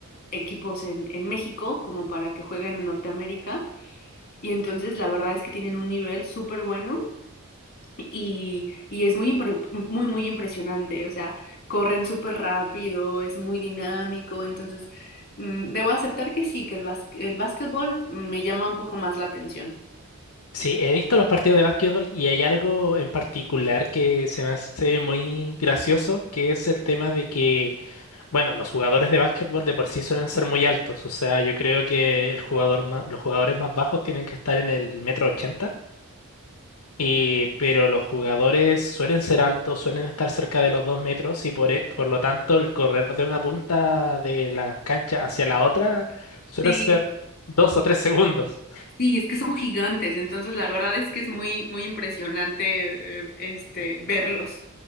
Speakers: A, on the left (about 45°); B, on the left (about 75°).
A: equipos en, en México como para que jueguen en Norteamérica y entonces la verdad es que tienen un nivel súper bueno y, y es muy, impre- muy, muy impresionante, o sea, corren súper rápido, es muy dinámico, entonces mm, debo aceptar que sí, que el bas- el básquetbol me llama un poco más la atención.
B: sí, he visto los partidos de básquetbol y hay algo en particular que se me hace muy gracioso, que es el tema de que. Bueno, los jugadores de básquetbol de por sí suelen ser muy altos, o sea, yo creo que el jugador ma- los jugadores más bajos tienen que estar en el metro ochenta, y, pero los jugadores suelen ser altos, suelen estar cerca de los dos metros y por, e- por lo tanto el correr de una punta de la cancha hacia la otra suelen
A: Sí,
B: ser dos o tres segundos.
A: sí, es que son gigantes, entonces la verdad es que es muy, muy impresionante, eh, este, verlos.